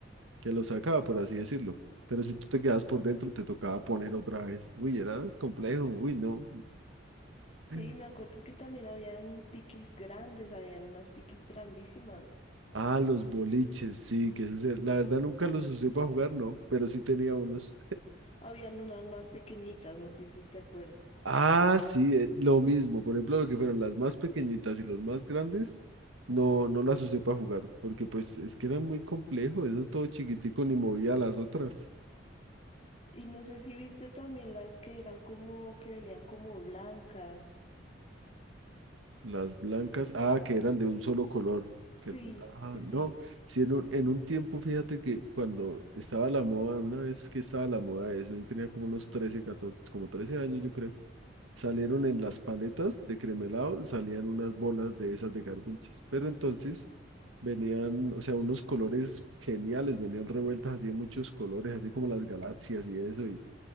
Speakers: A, on the right (about 85°); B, on the left (about 30°).
A: que los sacaba, por así decirlo. Pero si tú te quedabas por dentro, te tocaba poner otra vez. Uy, era complejo, uy, no.
B: sí,
A: <laughs>
B: me acuerdo que también habían piquis grandes, habían unas piquis grandísimas.
A: Ah, los boliches, sí, que
B: S-
A: eso se- la verdad nunca los usé para jugar, no, pero sí tenía unos.
B: Habían unas más pequeñitas, no sé si te acuerdas.
A: Ah, sí, eh, lo mismo. Por ejemplo, lo que fueron las más pequeñitas y los más grandes, no, no las usé para jugar, porque pues es que eran muy complejos, eso todo chiquitico ni movía las otras.
B: Y no sé si viste también las que eran como, que venían como blancas.
A: Las blancas, ah, que eran de un solo color.
B: Sí,
A: que eran- ah,
B: sí, sí.
A: no, sí, en un, en un tiempo, fíjate que cuando estaba la moda, una vez que estaba la moda de eso, yo tenía como unos 13, 14, como 13 años, yo creo Salieron en las paletas de cremelado, salían unas bolas de esas de garbinches. Pero entonces venían, o sea, unos colores geniales, venían revueltas así de muchos colores, así como las galaxias y eso. Y,